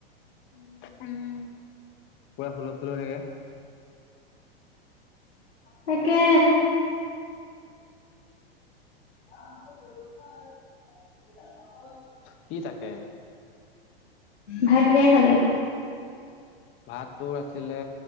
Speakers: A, on the left; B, on the left.
A: উম, পুৰা হুলস্থুল হৈ থাকে।
B: তাকে। <unintelligible>
A: কি তাকে?
B: ভাত কিহে খালি?
A: ভাত তোৰ আছিলে